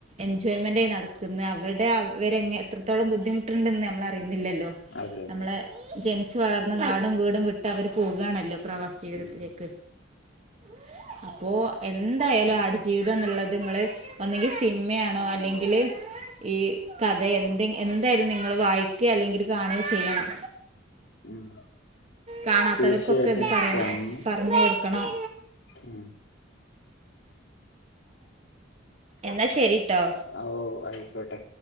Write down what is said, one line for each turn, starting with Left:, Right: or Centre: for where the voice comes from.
Right: എൻജോയ്മെന്റ് നട അവരുടെ അവരെങ്ങെ എത്രത്തോളം ബുദ്ധിമുട്ടുണ്ടെന്ന് നമ്മൾ അറിയുന്നില്ലല്ലോ
Left: അതെ അതെ
Right: നമ്മളെ ജനിച്ചു വളർന്ന നാടും വീടും വിട്ട് അവര് പോവുകയാണല്ലോ പ്രവാസ ജീവിതത്തിലേക്ക്
Left: ഉം
Right: <inaudible> അപ്പോ എന്തായാലും ആടു ജീവിതം എന്നുള്ളത് നിങ്ങള് ഒന്നെങ്കിൽ സിനിമയാണോ അല്ലെങ്കില് ഈ കഥ എന്ത എന്തായാലും നിങ്ങൾ വായിക്ക അല്ലെങ്കിൽ കാണുകയൊ ചെയ്യണം
Left: ഉം
Right: കാണാത്തവർക്കൊക്കെ
Left: തീർച്ചയായിട്ടും
Right: ഇത് പറയണം
Left: കാണണം
Right: പറഞ്ഞു കൊടുക്കണം
Left: ഉം
Right: എന്നാ ശരിട്ടോ
Left: ആഹ് ഓ ആയിക്കോട്ടെ